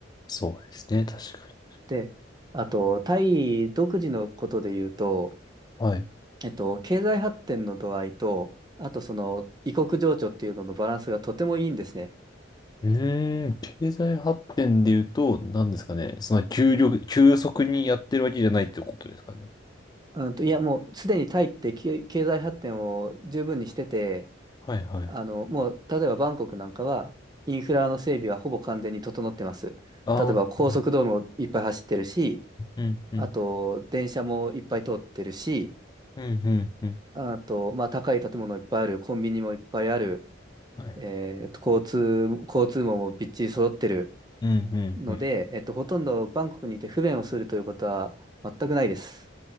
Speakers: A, on the left (about 20°); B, on the right (about 20°).
A: そうですね。確かに。
B: で、あと、タイ独自のことで言うと、
A: はい。
B: えっと、経済発展の度合いと、あとその異国情緒っていうののバランスがとてもいいんですね。
A: うーん、経済発展で言うと、何ですかね。その急力、急速にやってるわけじゃないってことですかね。
B: うんと、いや、もうすでにタイって経経済発展を十分にしてて、
A: はいはい。
B: あの、もう例えばバンコクなんかはインフラの整備はほぼ完全に整ってます。
A: ああ、
B: 例えば高速道路もいっぱい走ってるし、
A: うん、うん、
B: あと電車もいっぱい通ってるし、
A: うん、うん、うん。
B: あと、まあ、高い建物いっぱいある、コンビニもいっぱいある、
A: はい。
B: えーと、交通、交通網もびっちり揃ってる
A: うん、うん、
B: ので、
A: うん。
B: えっと、ほとんどバンコクにいて不便をするということは全くないです。